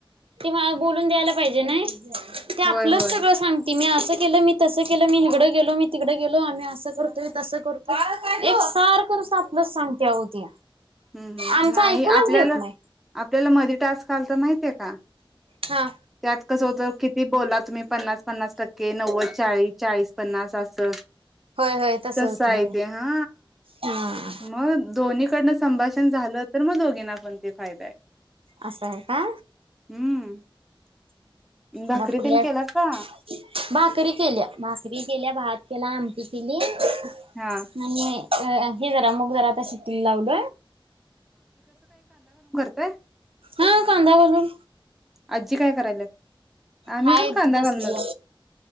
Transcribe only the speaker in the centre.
होय होय
हम्म हम्म.
नाही
आपल्याला
आपल्याला मधी टास्क आलता माहिते का?
त्यात कसं होतं किती बोला तुम्ही पन्नास पन्नास टक्के नव्वद चाळीस चाळीस पन्नास असं.
तसंआहेते
हा
म दोन्हीकडं संभाषण झालं तर मग दोघीना पण ते फायदाय.
हम्म भाकरी
तेन केला का
हा
का?
आजी काय करायलात आम्ही
पण कांदा
घालनच.